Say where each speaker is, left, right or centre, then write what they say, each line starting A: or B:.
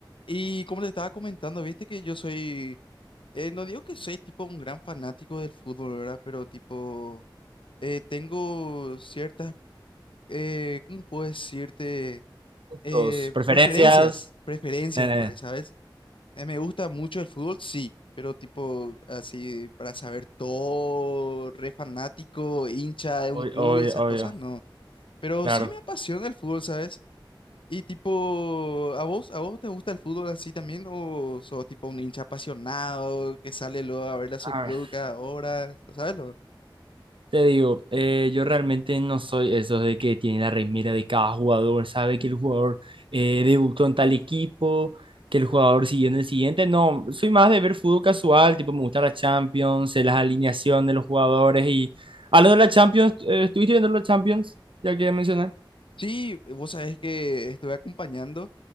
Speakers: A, on the left; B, on the right.
A: Y como te estaba comentando, viste que yo soy, eh, no digo que soy tipo un gran fanático del fútbol, ¿verdad? Pero tipo, eh, tengo ciertas, eh, ¿cómo puedo decirte?
B: gustos,
A: Eh,
B: preferencias.
A: preferencias, preferencias
B: eh,
A: por ahí, ¿sabes? Eh, me gusta mucho el fútbol, sí, pero tipo, así, para saber todo, re fanático, hincha de
B: Obvio,
A: un club
B: obvio,
A: y esas
B: obvio,
A: cosas, no. Pero
B: claro.
A: sí me apasiona el fútbol, ¿sabes? Y tipo, ¿a vos, a vos te gusta el fútbol así también? ¿O sos tipo un hincha apasionado que sale luego a ver a su
B: a
A: club
B: ver,
A: cada hora? ¿Sabes lo?
B: te digo, eh, yo realmente no soy esos de que tiene la remera de cada jugador, sabe que el jugador eh, debutó en tal equipo, que el jugador siguió en el siguiente. No, soy más de ver fútbol casual, tipo me gusta la Champions, sé las alineaciones de los jugadores y... Algo de la Champions, eh, ¿estuviste viendo la Champions? Ya que mencionar.
A: Sí, vos sabés que estuve acompañando